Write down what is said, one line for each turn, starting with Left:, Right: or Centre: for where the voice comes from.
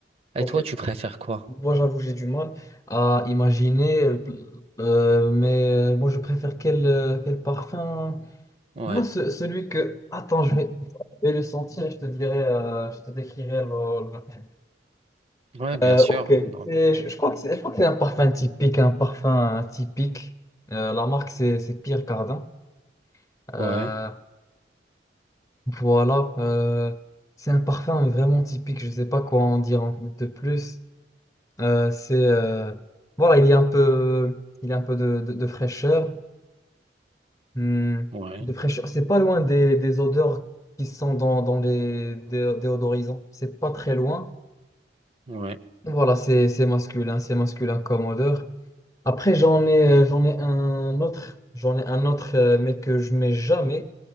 Right: Et
Left: Ok.
Right: toi, tu préfères quoi?
Left: Moi, j'avoue, j'ai du mal à imaginer, euh, euh, mais euh, moi, je préfère quel, euh, quel parfum.
Right: Ouais.
Left: Moi, ce- celui que. Attends, je vais, je vais le sentir et je te dirai, euh, je te décrirai le. le-
Right: Ouais, bien
Left: Euh,
Right: sûr.
Left: ok.
Right: Donc,
Left: C'est- Je, je crois que c'est, je crois que c'est un parfum typique, un parfum typique. Euh, la marque, c'est, c'est Pierre Cardin. Euh,
Right: ouais,
Left: voilà. euh, c'est un parfum vraiment typique. Je ne sais pas quoi en dire en- de plus. Euh, c'est euh, voilà, il y a un peu, il y a un peu de, de- de fraîcheur, Hmm,
Right: ouais,
Left: de fraîcheur. C'est pas loin des, des odeurs qui sont dans, dans les dé- déodorisants. C'est pas très loin.
Right: ouais,
Left: Voilà, c'est c'est masculin, c'est masculin comme odeur. Après, j'en ai j'en ai un autre, j'en ai un autre, euh, mais que je mets jamais,